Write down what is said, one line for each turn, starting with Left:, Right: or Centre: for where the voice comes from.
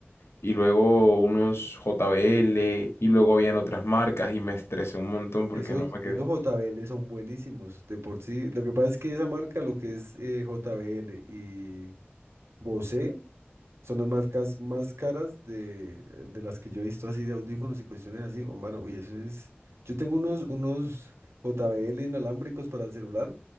Left: y luego unos JBL, y luego habían otras marcas, y me estresé un montón porque
Right: Esos,
Left: no me quedé.
Right: esos JBL son buenísimos, de por sí. Lo que pasa es que esa marca, lo que es eh, JBL y Bose, Son las marcas más caras de, de las que yo he visto así de audífonos y cuestiones así. Oh, Mano, y eso es. Yo tengo unos, unos JBL inalámbricos para el celular,